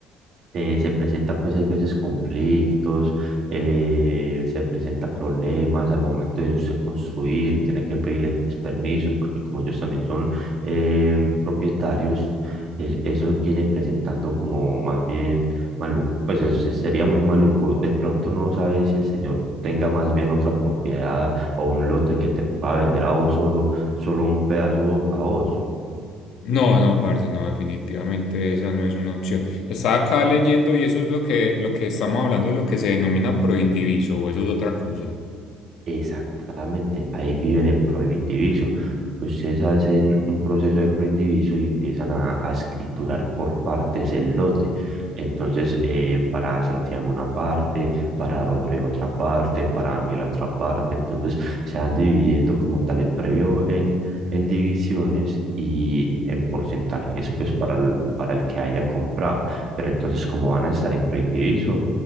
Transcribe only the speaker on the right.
eh, se presenta pues hay veces conflictos, eh, se presenta problemas al momento de usted construir, tiene que pedirles permisos porque como ellos también son eh, propietarios, es- eso viene presentando como más bien Maluco, pues es- se- sería muy maluco. De pronto no sabes si el señor tenga más bien otra propiedad o un lote que te pueda vender a vos solo, solo un pedazo a vos.
Exactamente, ahí viven en proindiviso. Ustedes hacen un proceso de proindiviso y empiezan a, a escriturar por partes el lote. Entonces, eh, para Santiago una parte, para Rodrigo otra parte, para Ángela otra parte. Entonces, se van dividiendo como tal el previo en, en divisiones y en porcentajes, pues para el, para el que haya comprado. Pero entonces, como van a estar en proindiviso,